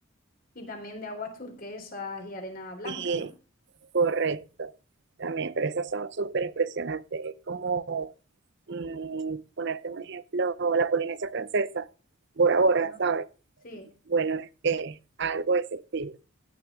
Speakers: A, on the left; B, on the right.
A: Y también de aguas turquesas y arena blanca,
B: sí
A: ¿no?
B: correcto, también, pero esas son súper impresionantes. Es como mmm, ponerte un ejemplo, la Polinesia Francesa, Bora Bora,
A: Ajá.
B: ¿sabes?
A: Sí,
B: Bueno, es que algo de ese estilo,